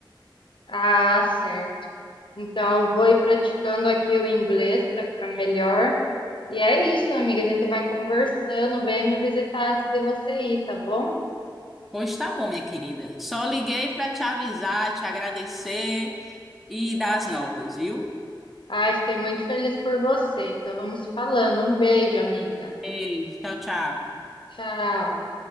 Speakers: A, on the left; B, in the centre.
A: Ah, certo. Então eu vou ir praticando aqui o inglês para ficar melhor. E é isso, amiga. A gente vai conversando. Vem me visitar antes de você ir, tá bom?
B: Pois tá bom, minha querida. Só liguei para te avisar, te agradecer e dar as novas, viu?
A: Ai, fiquei muito feliz por você. Então vamos falando. Um beijo, amiga.
B: Beijo, tchau, tchau.
A: Tchau.